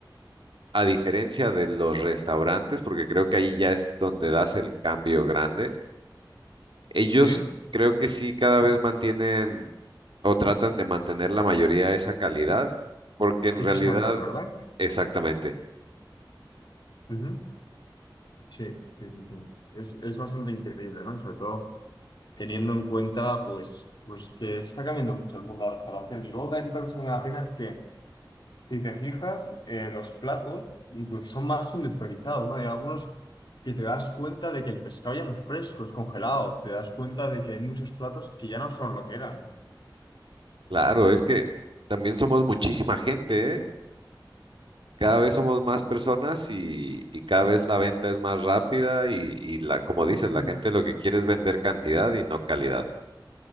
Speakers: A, on the right; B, on the left.
A: a diferencia de los restaurantes, porque creo que ahí ya es donde das el cambio grande, ellos
B: sí,
A: creo que sí cada vez mantienen o tratan de mantener la mayoría de esa calidad, porque en
B: es
A: realidad,
B: estándar, ¿verdad?
A: exactamente.
B: Ujú, Sí, sí, sí, sí. Es, es bastante increíble, ¿no? Sobre todo teniendo en cuenta, pues, pues que está cambiando mucho el mundo de la salvación. Y luego también otra cosa que me da pena es que Si te fijas, eh, los platos incluso son más industrializados, ¿no? Hay algunos que te das cuenta de que el pescado ya no es fresco, es congelado. Te das cuenta de que hay muchos platos que ya no son lo que eran.
A: Claro, es que también somos muchísima gente, ¿eh? Cada vez somos más personas y, y cada vez la venta es más rápida y, y la, como dices,
B: Ujú.
A: la gente lo que quiere es vender cantidad y no calidad.